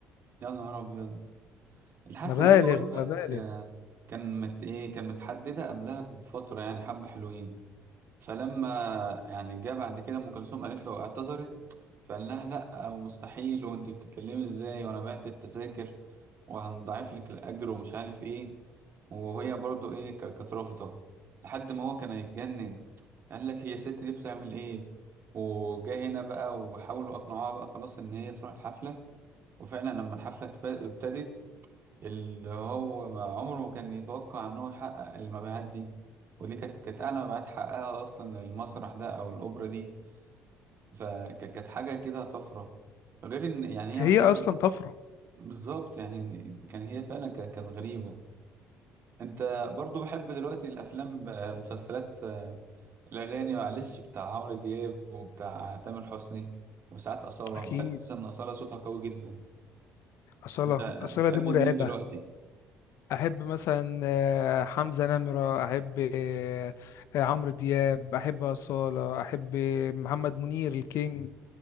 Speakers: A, on the right; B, on the left.
A: يا نهار أبيض الحفلة
B: مبالغ
A: دي بقول
B: مبالغ
A: لك آه، كان مت... إيه كان متحددة قبلها بفترة يعني حبة حلوين فلما يعني جه بعد كده ام كلثوم قالت له اعتذرت فقال لها لا ومستحيل وانت بتتكلمي ازاي وانا بعت التذاكر وهنضاعف لك الاجر ومش عارف ايه وهي برضو ايه ك- كانت رافضه لحد ما هو كان هيتجنن قال لك هي الست دي بتعمل ايه وجا هنا بقى وحاولوا اقنعوها بقى خلاص ان هي تروح الحفله وفعلا لما الحفله اتب- ابتدت اللي هو ما عمره ما كان يتوقع ان هو يحقق المبيعات دي ودي كانت كانت اعلى مبيعات حققها اصلا المسرح ده او الاوبرا دي فكانت حاجه كده طفره غير ان يعني
B: هي
A: هي مثلا
B: اصلا
A: إيه،
B: طفره
A: بالظبط يعني إن- كان هي فعلا كا- كانت غريبه انت برضو بحب دلوقتي الافلام ب- المسلسلات آه، الاغاني معلش بتاع عمرو دياب وبتاع تامر حسني وساعات اصاله
B: اكيد
A: بحب ان اصاله صوتها قوي جدا
B: اصاله
A: انت
B: اصاله
A: بتحب
B: دي مرعبه
A: مين دلوقتي
B: احب مثلا آه، حمزة نمرة احب آه، آه، عمرو دياب احب أصالة احب محمد منير الكينج